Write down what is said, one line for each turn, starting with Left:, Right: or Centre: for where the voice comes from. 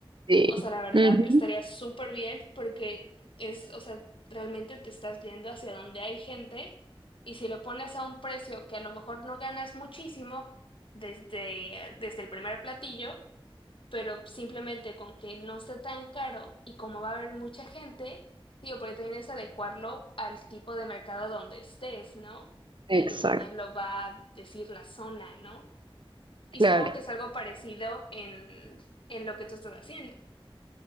Right: Sí.
Left: o sea, la verdad
Right: Ujú.
Left: estaría súper bien porque es, o sea, realmente te estás yendo hacia donde hay gente y si lo pones a un precio que a lo mejor no ganas muchísimo desde, desde el primer platillo, pero simplemente con que no esté tan caro y como va a haber mucha gente, digo, porque también es adecuarlo al tipo de mercado donde estés, ¿no? Y
Right: Exacto.
Left: eso también lo va a decir la zona, ¿no? Y
Right: Claro.
Left: supongo que es algo parecido en, en lo que tú estás haciendo.